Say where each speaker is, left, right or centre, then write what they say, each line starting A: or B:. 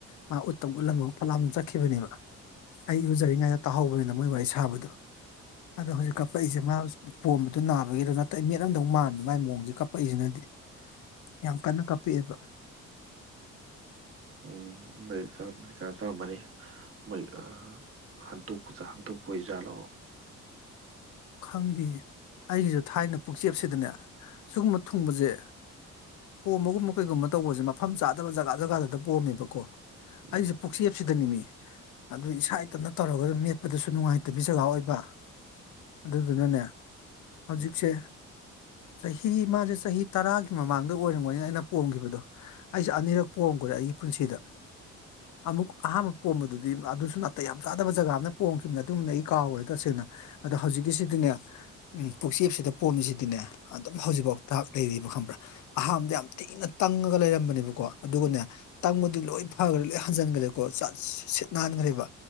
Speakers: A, on the left; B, on the right.
A: ꯃꯥ ꯎꯠꯇꯪ ꯎꯠꯂꯝꯃ ꯐꯠꯂꯥꯎꯅ ꯑꯗꯨꯝ ꯆꯠꯈꯤꯕꯅꯦꯕ ꯑꯩ ꯏꯔꯨꯖꯔꯤꯉꯩꯗ ꯇꯥꯍꯧꯕꯅꯤꯗ ꯃꯣꯏ ꯋꯥꯔꯤ ꯁꯥꯕꯗꯣ ꯑꯗꯣ ꯍꯧꯖꯤꯛ ꯀꯥꯄꯛꯏꯁꯦ ꯃꯥ ꯄꯣꯝꯕꯗꯨ ꯅꯥꯕꯒꯤꯔ ꯅꯠꯇ ꯑꯩ ꯃꯦꯠꯂꯝꯗꯧ ꯃꯥꯟꯕꯗ ꯃꯥꯏ ꯃꯑꯣꯡꯁꯦ ꯀꯞꯄꯛꯏꯁꯤꯅꯗꯤ ꯌꯥꯝ ꯀꯟꯅ ꯀꯞꯄꯛꯑꯦꯕ
B: ꯎꯝ ꯑꯃꯗꯤ ꯇꯧꯔꯝꯃꯅꯤ ꯀꯩꯅꯣ ꯇꯧꯔꯝꯃꯅꯤ ꯃꯣꯏ ꯑ ꯍꯟꯇꯣꯛꯆꯥ ꯍꯟꯇꯣꯛꯄ ꯑꯣꯏꯖꯥꯠꯂꯣ
A: ꯈꯪꯗꯦ ꯑꯩꯒꯤꯁꯨ ꯊꯥꯏꯅ ꯄꯨꯛꯆꯦꯞꯁꯤꯗꯅꯦ ꯁꯤꯒꯨꯝꯕ ꯊꯨꯡꯕꯁꯦ ꯄꯣꯝꯕꯒꯨꯝꯕ ꯀꯩꯒꯨꯝꯕ ꯇꯧꯕꯁꯦ ꯃꯐꯝ ꯆꯥꯗꯕ ꯖꯒꯥ ꯖꯒꯥꯗꯗ ꯄꯣꯝꯃꯦꯕꯀꯣ
B: ꯎꯝ
A: ꯑꯩꯁꯦ ꯄꯨꯛꯆꯦꯞꯁꯤꯗꯅꯤ ꯃꯤ ꯑꯗꯨ ꯏꯁꯥ ꯏꯊꯟꯇ ꯇꯧꯔꯒ ꯃꯦꯠꯄꯗꯁꯨ ꯅꯨꯡꯉꯥꯏꯇꯕꯤ ꯖꯒꯥ ꯑꯣꯏꯕ ꯑꯗꯨꯗꯨꯅꯅꯦ ꯍꯧꯖꯤꯛꯁꯦ
B: ꯎꯝ
A: ꯆꯍꯤ ꯃꯥꯁꯦ ꯆꯍꯤ ꯇꯔꯥꯒꯤ ꯃꯃꯥꯡꯗ ꯑꯣꯏꯔꯝꯒꯅꯤ ꯑꯩꯅ ꯄꯣꯝꯈꯤꯕꯗꯣ ꯑꯩꯁꯦ ꯑꯅꯤꯔꯛ ꯄꯣꯝꯒꯔꯦ ꯑꯩꯒꯤ ꯄꯨꯟꯁꯤꯗ ꯑꯃꯨꯛ ꯑꯍꯥꯟꯕ ꯄꯣꯝꯕꯗꯨꯗꯤ ꯑꯗꯨꯁꯨ ꯅꯥꯇꯩ ꯌꯥꯝ ꯆꯥꯗꯕ ꯖꯒꯥ ꯑꯃꯗ ꯄꯣꯝꯈꯤꯕꯅꯤ ꯑꯗꯨꯝꯗꯤ ꯑꯩ ꯀꯥꯎꯈ꯭ꯔꯦ ꯇꯁꯦꯡꯅ ꯑꯗꯣ ꯍꯧꯖꯤꯛꯀꯤꯁꯤꯗꯤꯅꯦ ꯄꯨꯛꯆꯦꯞꯁꯤꯗ ꯄꯣꯝꯃꯤꯁꯤꯗꯤꯅꯦ ꯑꯗ- ꯍꯧꯖꯤꯛꯐꯥꯎ ꯗꯥꯛ ꯂꯩꯔꯤꯕ ꯈꯪꯕ꯭ꯔꯥ ꯑꯍꯥꯟꯕꯗ ꯌꯥꯝ ꯊꯤꯅ ꯇꯪꯉꯒ ꯂꯩꯔꯝꯕꯅꯦꯕꯀꯣ ꯑꯗꯨꯒꯅꯦ ꯇꯪꯕꯗꯨ ꯂꯣꯏ ꯐꯈ꯭ꯔꯦ ꯂꯣꯏ ꯍꯟꯖꯤꯟꯒꯔꯦꯀꯣ ꯁꯠ ꯁꯤꯠ ꯅꯥꯟꯒꯔꯦꯕ